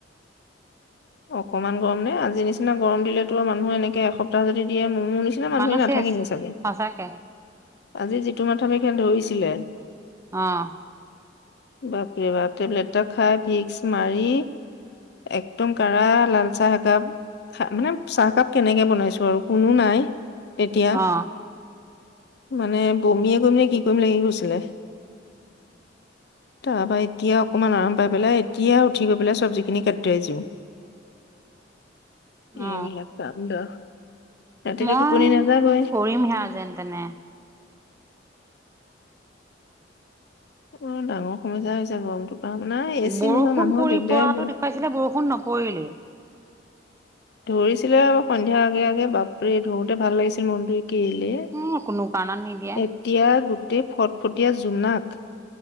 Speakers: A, on the left; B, on the right.
A: অকনমান গৰম নে আজি নিচিনা গৰম দিলেতো আৰু মানুহে এনেকে এসপ্তাহ যদি দিয়ে মৰি মোৰ নিচিনা মানুহে
B: মানুহ
A: নাথাকে
B: চেচ
A: চাগে।
B: সঁচাকে
A: আজি যিটো মাথা বিষে ধৰিছিলে।
B: আহ।
A: বাপৰে বাপ টেবলেট এটা খাই ভিক্স মাৰি। একদম কাৰা লাল চাহ একাপ খ মানে চাহকাপ কেনেকে বনাইছো আৰু কোনো নাই তেতিয়া।
B: অ
A: মানে বমিয়ে কৰিম নে কি কৰিম লাগি গৈছিলে।
B: <inaudible>
A: তাৰপা এতিয়া অকমান আৰাম পাই পেলাই এতিয়া উঠি গৈ পেলাই চব্জি খিনি কাটি থৈ আহিছো
B: <inaudible> অ অ
A: এইবিলাক কাণ্ড ৰাতিটো
B: মই
A: টোপনি নাযাবই
B: কৰিমহে আৰু যেন তেনে।
A: অ ডাঙৰ সমস্যা হৈছে গৰমটো আপোনাৰ এ চি
B: বৰষুণ
A: নোহোৱা মানুহৰ
B: পৰি
A: দিগদাৰ
B: পৰাটো
A: হয়
B: দেখুৱাইছিলে বৰষুণ নপৰিলেই।
A: ধৰিছিলে সন্ধিয়াৰ আগে আগে বাপৰে ধৰোতে ভাল লাগিছিল মনটো কলে
B: এ কোনো কাৰণত নিদিয়ে।
A: এতিয়া গোটে ফটফটীয়া জোনাক